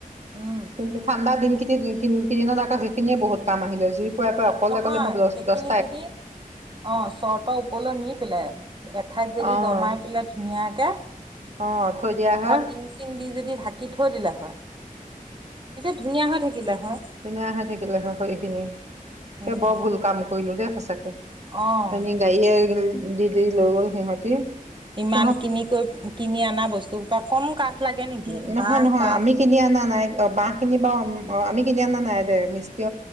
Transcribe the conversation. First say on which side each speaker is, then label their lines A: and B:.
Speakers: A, on the right; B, on the right.
A: উম
B: কিন্তু ঠাণ্ডা দিন কি কিন কিদিনত সেইখিনি বহুত কাম আহিলে জুইত। ফুৱাই ফুৱাই
A: নহয়
B: অকলে মই দছ
A: সেইখিনি
B: দছ
A: যদি, অ। চতৰ ওপৰলৈ নি পেলাই এঠাইত যদি
B: অঁ
A: দমাই পেলাই ধুনীয়াকে,
B: অঁ থৈ দিয়া হয়
A: ধৰ টিং চিং দি যদি ঢাকি থৈ দিলে হয়। তেতিয়া ধুনীয়া হৈ থাকি কিলে হয়।
B: তেনেকোৱা হৈ থাকিলে স খৰি খিনি। এ
A: উম
B: বৰ ভুল কাম কৰিলো দে। সঁচাকে।
A: অ
B: কালি ডাৱৰীয়া হৈ গ'ল, দি দি লৈ গ'ল সিহঁতি।
A: ইমান
B: সিহঁত
A: কিনি কৈ, কিনি অনা বস্তু পৰা কম কাঠ লাগে নেকি
B: উ, নহয়
A: বাঁহ
B: নহয়।
A: কাঠ
B: আমি কিনি অনা নাইত। বাহ খিনি বা অঁ আমি কিনি অনা নাই দে, মিস্ত্ৰী